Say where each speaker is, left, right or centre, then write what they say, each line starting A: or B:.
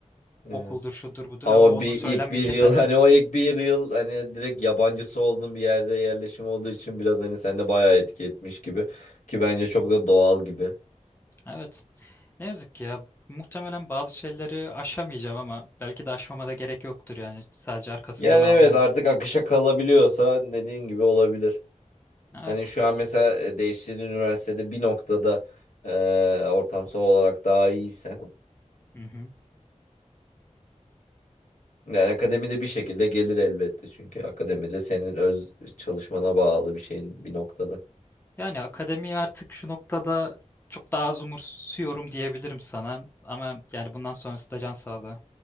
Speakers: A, on the left (about 85°); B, on the left (about 15°).
A: Evet.
B: Okuldur, şudur, budur
A: Ama
B: ama onu
A: bir,
B: söylenmeyi
A: ilk bir
B: kesemiyorum.
A: yıl <laughs> hani o ilk bir yıl hani direkt yabancısı olduğun bir yerde yerleşim olduğu için biraz hani sende bayağı etki etmiş gibi ki bence çok da doğal gibi.
B: Evet. Ne yazık ki ya. Muhtemelen bazı şeyleri aşamayacağım ama belki de aşmama da gerek yoktur yani. Sadece arkasından
A: Yani
B: ağlıyorum.
A: evet artık akışa kalabiliyorsa dediğin gibi olabilir.
B: Evet.
A: Hani şu an mesela e, değiştiğin üniversitede bir noktada e, ortamsal olarak daha iyiysen
B: Hı hı.
A: yani akademide bir şekilde gelir elbette çünkü akademide senin öz çalışmana bağlı bir şeyin bir noktada.
B: Yani akademiyi artık şu noktada çok daha az umursuyorum diyebilirim sana. Ama yani bundan sonrası da can sağlığı.